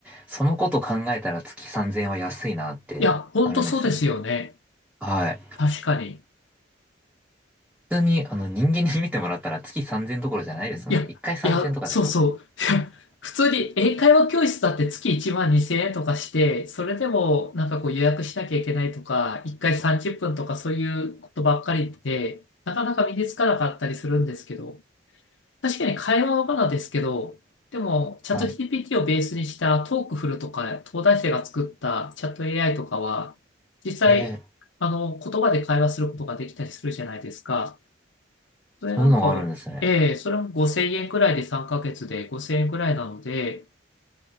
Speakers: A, in the centre; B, on the left (about 75°).
A: そのこと考えたら月3000円は安いなってなるんですよね。
B: いや、ほんとそうですよね。
A: はい。
B: 確かに。
A: 普通に、あの、人間に見てもらったら月3000どころじゃないですもんね。
B: いや、いや、
A: 1回3000とかですもんね。
B: そうそう。いや普通に英会話教室だって月1万2000円とかして、それでもなんかこう予約しなきゃいけないとか、1回30分とかそういうことばっかりで、なかなか身につかなかったりするんですけど、確かに会話はまだですけど、でも、チャット
A: はい。
B: GPT をベースにしたトークフルとか、東大生が作ったチャット AI とかは、実際、
A: えー
B: あの、言葉で会話することができたりするじゃないですか。それなんかも、
A: そういうのがあるんですね。
B: ええ、それも5000円くらいで3ヶ月で5000円くらいなので、